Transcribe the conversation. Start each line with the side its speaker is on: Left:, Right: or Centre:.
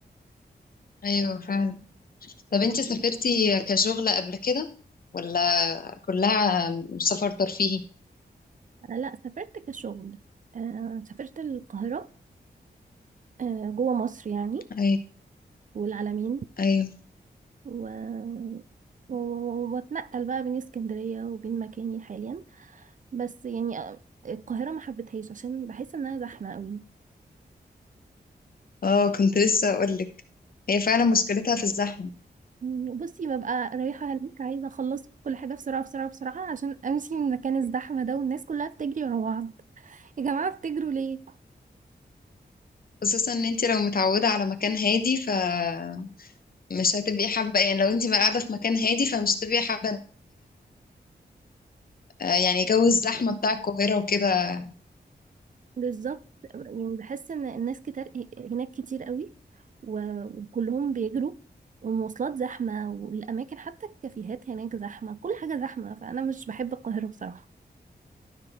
Left: أيوه فعلا طب انت سافرتي كشغل قبل كده ولا كلها سفر ترفيهي
Right: أنا لأ سافرت كشغل آه، سافرت القاهرة آه، جوه مصر يعني
Left: أي
Right: والعلمين
Left: أيوة
Right: و... و- وبتنقل بقى بين اسكندرية وبين مكاني حاليا بس يعني آه، القاهرة ما حبيتهاش عشان بحس إنها زحمة قوي
Left: اه كنت لسه أقولك هي فعلا مشكلتها في الزحمة
Right: مم، بصي ببقى رايحة هناك عايزة أخلص كل حاجة بسرعة بسرعة بسرعة عشان أمشي من مكان الزحمة ده والناس كلها بتجري ورا بعض يا جماعة بتجروا ليه؟
Left: خصوصا ان انت لو متعودة على مكان هادي فمش هتبقي حابة يعني لو انت قاعدة في مكان هادي فمش هتبقي حابة آه، يعني جو الزحمة بتاع القاهرة وكده
Right: بالظبط يعني بحس إن الناس كتير هناك كتير قوي و- وكلهم بيجروا والمواصلات زحمة والأماكن حتى الكافيهات هناك زحمة كل حاجة زحمة فأنا مش بحب القاهرة بصراحة